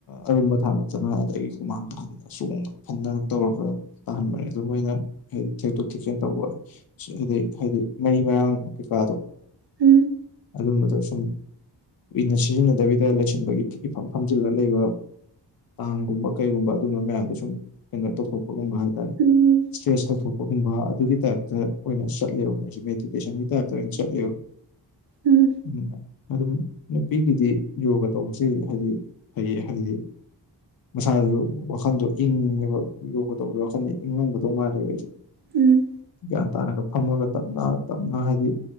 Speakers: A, on the left (about 55°); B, on the right (about 70°).
A: ꯑꯔꯨꯝꯕ ꯊꯥꯡꯉꯛꯇꯅ ꯑꯗꯒꯤ ꯍꯨꯃꯥꯡ ꯇꯥꯗꯅ ꯆꯣꯡꯗꯅ ꯐꯟꯗꯅ ꯇꯧꯔꯒ ꯇꯥꯍꯟꯕꯅꯦ ꯑꯗꯨ ꯃꯣꯏꯅ ꯍꯥꯏꯗꯤ ꯊꯦꯛꯛꯇꯣꯛ ꯊꯦꯛꯆꯤꯟ ꯇꯧꯕ ꯍꯥꯏꯗꯩ ꯍꯥꯏꯗꯤ ꯃꯔꯤ ꯃꯔꯥꯡ ꯀꯩꯀꯥꯗꯣ
B: ꯎꯝ
A: ꯑꯗꯨꯝꯕꯗꯣꯁꯨꯝ ꯀꯨꯏꯅ ꯁꯤꯖꯤꯟꯅꯗꯕꯤꯗ ꯂꯩꯁꯤꯟꯕꯒꯤ ꯏꯐꯝ ꯐꯝꯖꯤꯜꯂꯒ ꯂꯩꯕ ꯇꯥꯡꯒꯨꯝꯕ ꯀꯩꯒꯨꯝꯕ ꯑꯗꯨꯝꯕ ꯃꯌꯥꯝꯗꯣ ꯁꯨꯝ ꯀꯩꯅꯣ ꯇꯧꯊꯣꯛꯄꯒꯨꯝꯕ ꯍꯥꯏꯇꯥꯔꯦ
B: ꯎꯝ
A: ꯏꯁꯇ꯭ꯔꯦꯁ ꯇꯧꯊꯣꯛꯄꯒꯨꯝꯕ ꯑꯗꯨꯒꯤ ꯇꯥꯏꯞꯇ ꯑꯣꯏꯅ ꯆꯠꯂꯦꯕ ꯃꯣꯏꯁꯦ ꯃꯦꯗꯤꯇꯦꯁꯟꯒꯤ ꯇꯥꯏꯞꯇ ꯑꯣꯏꯅ ꯆꯠꯂꯦꯕ <inaudible>
B: ꯎꯝ
A: ꯑꯗꯨꯝ ꯅꯨꯄꯤꯒꯤꯗꯤ ꯌꯣꯒ ꯇꯧꯕꯁꯦ ꯍꯥꯏꯗꯤ ꯐꯩꯌꯦ ꯍꯥꯏꯗꯤ ꯃꯁꯥꯗꯨꯁꯨ ꯋꯥꯈꯟꯗꯣ ꯏꯪꯉꯉꯦꯕ ꯌꯣꯒ ꯇꯧꯕꯗ ꯋꯥꯈꯜꯗꯣ ꯏꯪꯉꯝꯒꯗꯧ ꯃꯥꯜꯂꯦꯕ ꯑꯩꯁꯨ
B: ꯎꯝ
A: ꯒ꯭ꯌꯥꯟ ꯇꯥꯅꯒ ꯐꯝꯃꯒ ꯇꯞꯅ ꯇꯞꯅ ꯍꯥꯏꯗꯤ